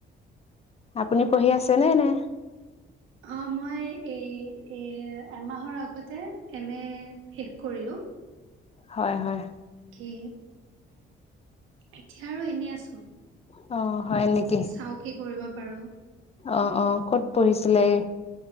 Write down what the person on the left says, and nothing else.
আপুনি পঢ়ি আছে নে নে।
হয়-হয়।
অ'। হয় নেকি
অ', -অ' ক'ত পঢ়িছিলে?